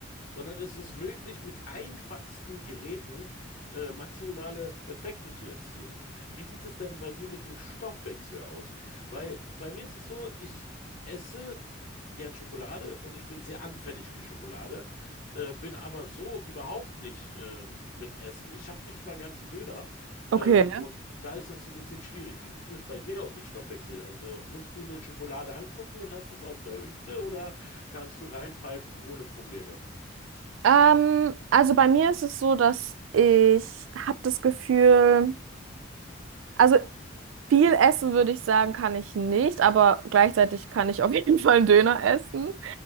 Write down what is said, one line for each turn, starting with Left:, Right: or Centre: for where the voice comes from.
Left: sondern es ist möglich, mit einfachsten Geräten äh, maximale Effekte zu erzielen. Wie sieht es denn bei dir mit dem Stoffwechsel aus? Weil bei mir ist es so, ich esse gern Schokolade und ich bin sehr anfällig für Schokolade, äh, bin aber so überhaupt nicht äh, mit Essen. Ich schaffe nicht mal einen ganzen Döner
Right: Okay.
Left: ähm,
Right: Ja.
Left: und da ist das ein bisschen schwierig. Wie sieht denn das bei dir aus mit Stoffwechsel? Also musst du eine Schokolade angucken und hast es auf der Hüfte oder kannst du reinpfeifen ohne Probleme?
Right: Ähm, also bei mir ist es so, dass ich habe das Gefühl, also viel essen würde ich sagen, kann ich nicht, aber gleichzeitig kann ich auf jeden Fall einen Döner essen.